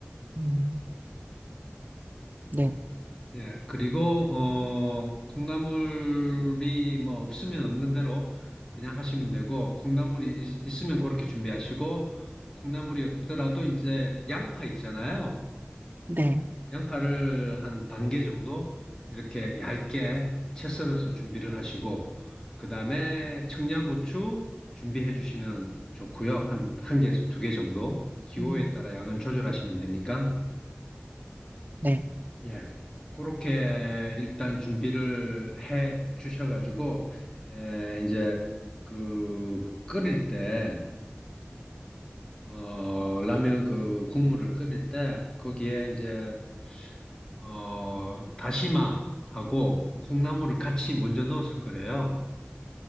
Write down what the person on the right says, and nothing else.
음, 네.
네.
음,
네.